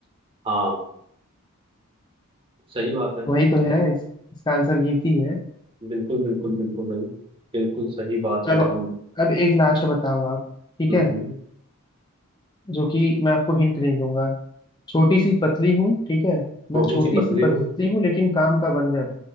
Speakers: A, on the right; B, on the left.
A: हाँ सही बात है
B: वही तो है इस, इसका आंसर गीत ही है
A: बिल्कुल बिल्कुल बिल्कुल भाई बिल्कुल सही बात
B: चलो
A: है हम
B: अब एक लास्ट बताओ आप ठीक
A: हम्म,
B: है
A: हम्म।
B: जो कि मैं आपको हिंट नहीं दूंगा छोटी सी पतली हूँ ठीक है मैं
A: छोटी
B: छोटी
A: सी पतली
B: सी पतली
A: हूँ
B: हूँ लेकिन काम का बंदर